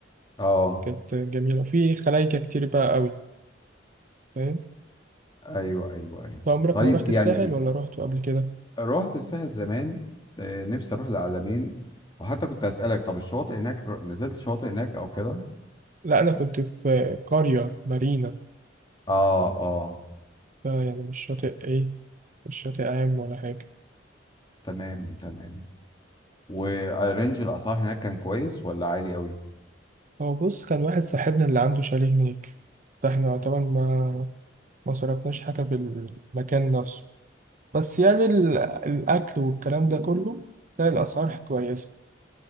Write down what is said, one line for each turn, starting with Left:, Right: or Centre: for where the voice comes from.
Left: اه
Right: كانت جميلة وفي خلايكة كتير بقى قوي فاهم
Left: ايوه ايوه ايوه
Right: طب عمرك
Left: طيب
Right: ما رحت
Left: يعني
Right: الساحل ولا رحت قبل كده؟
Left: رحت الساحل زمان آه، نفسي اروح العلمين وحتى كنت اسالك طب الشواطئ هناك ر- نزلت شواطئ هناك او كده
Right: لا أنا كنت في قرية مارينا
Left: اه اه
Right: ف- يعني مش شاطئ إيه مش شاطئ عام ولا حاجة
Left: تمام تمام ورينج الاسعار هناك كان كويس ولا عالي قوي
Right: هو بص كان واحد صاحبنا اللي عنده شاليه هناك فاحنا طبعا ما ما صرفناش حاجة في المكان نفسه بس يعني ال- الأكل والكلام ده كله لا الأسعار كويسة